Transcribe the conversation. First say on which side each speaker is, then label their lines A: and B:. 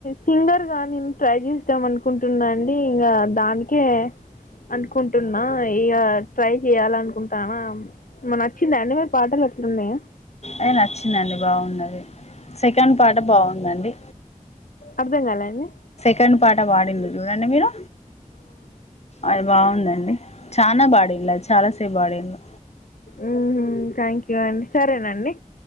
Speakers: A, on the left (about 80°); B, on the left (about 50°).
A: సింగర్గా నేన్ ట్రై జేస్తాం అనుకుంటున్నా అండీ ఇంగా దానికే అనుకుంటున్నా ఇగ ట్రై జేయాలనుకుంటానా నచ్చిందా అండి మీ పాటలు అట్లున్నయా
B: ఐ నచ్చిందండి బావున్నదే సెకండ్ పాట బావుందండి
A: అర్ధం కాలా అండి
B: సకండ్ పాట పాడింది చూడండి మీరు అది బాగుందండి చాలనా పాడీలుది చాలాసేపు పాడీలు
A: ఉహు థ్యాంక్ యూ అండి సరేనండి